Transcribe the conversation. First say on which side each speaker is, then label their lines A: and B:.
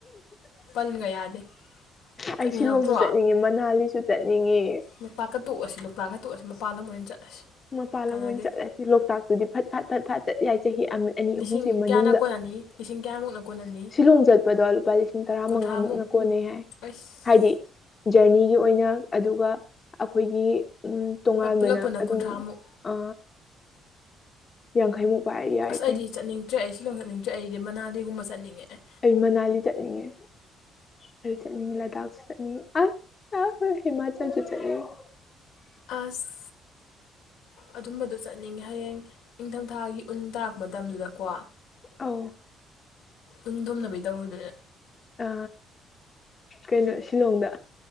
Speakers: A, on the left (about 90°); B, on the left (about 35°).
A: ꯄꯜꯒ ꯌꯥꯗꯦ
B: ꯑꯩ
A: ꯆꯠꯅꯤꯡꯉꯛꯇ꯭ꯔꯣ
B: ꯁꯤꯂꯣꯡꯁꯨ ꯆꯠꯅꯤꯡꯉꯤ ꯃꯅꯥꯂꯤꯁꯨ ꯆꯠꯅꯤꯡꯉꯤ
A: ꯂꯣꯛꯇꯥꯛꯀ ꯇꯣꯛꯑꯁꯤ ꯂꯣꯛꯇꯥꯛꯀ ꯇꯣꯛꯑꯁꯤ ꯃꯄꯥꯟ ꯂꯝ ꯑꯣꯏꯅ ꯆꯠꯂꯁꯤ
B: ꯃꯄꯥꯟ
A: ꯀꯥꯟꯅꯗꯦ
B: ꯂꯝ ꯑꯣꯏꯅ ꯆꯠꯂꯁꯤ ꯂꯣꯛꯇꯥꯛꯇꯨꯗꯤ ꯐꯠ ꯐꯠ ꯐꯠ ꯐꯥꯠ ꯆꯠ ꯌꯥꯏ ꯆꯍꯤ ꯑꯃ ꯑꯅꯤ
A: ꯂꯤꯁꯤꯡ
B: ꯑꯍꯨꯝꯁꯤ ꯃꯅꯨꯡꯗ
A: ꯀꯌꯥꯅ ꯀꯣꯟꯅꯅꯤ ꯂꯤꯁꯤꯡ ꯀꯌꯥꯃꯨꯛꯅ ꯀꯣꯟꯅꯅꯤ
B: ꯁꯤꯂꯣꯡ ꯆꯠꯄꯗꯣ ꯂꯨꯄꯥ ꯂꯤꯁꯤꯡ ꯇꯔꯥꯃꯉꯥꯃꯨꯛꯅ
A: ꯀꯨꯟꯊ꯭ꯔꯥꯃꯨꯛ
B: ꯀꯣꯟꯅꯩ ꯍꯥꯏ
A: ꯑꯩꯁ
B: ꯍꯥꯏꯗꯤ ꯖ꯭ꯔꯅꯤꯒꯤ ꯑꯣꯏꯅ ꯑꯗꯨꯒ ꯑꯩꯈꯣꯏꯒꯤ ꯎꯝ ꯇꯣꯉꯥꯟꯕꯅ
A: ꯄꯨꯂꯞ ꯄꯨꯟꯅ
B: ꯑꯗꯨꯝ
A: ꯀꯨꯟꯊ꯭ꯔꯥꯃꯨꯛ
B: ꯑ ꯌꯥꯡꯈꯩꯃꯨꯛ ꯄꯥꯏꯔ ꯌꯥꯔꯦ
A: ꯑꯁ
B: ꯀꯩꯅꯣ
A: ꯑꯩꯗꯤ ꯆꯠꯅꯤꯡꯇꯔꯦ ꯑꯩ ꯁꯤꯂꯣ ꯆꯠꯅꯤꯡꯇꯔꯦ ꯑꯩꯗꯤ ꯃꯅꯥꯂꯤꯒꯨꯝꯕ ꯆꯠꯅꯤꯡꯉꯦ ꯑꯦ
B: ꯑꯩ ꯃꯅꯥꯂꯤ ꯆꯠꯅꯤꯡꯉꯦ ꯑꯩꯖꯨ ꯆꯠꯅꯤꯉꯤ ꯂꯗꯥꯛꯁꯨ ꯆꯠꯅꯤꯡꯉꯤ ꯑꯁ ꯑ ꯍꯤꯃꯥꯆꯜꯁꯨ ꯆꯠꯅꯤꯡꯉꯤ
A: ꯑꯁ ꯑꯗꯨꯝꯕꯗꯣ ꯆꯠꯅꯤꯡꯉꯦ ꯍꯌꯦꯡ ꯏꯪꯊꯝ ꯊꯥꯒꯤ ꯎꯟ ꯇꯥꯔꯛꯄ ꯃꯇꯝꯗꯨꯗꯀꯣ
B: ꯑꯧ
A: ꯎꯟ ꯗꯨꯝꯅꯕꯤ ꯇꯧꯔꯨꯗꯣꯏꯔꯥ
B: ꯑ ꯀꯩꯅꯣ ꯁꯤꯂꯣꯡꯗ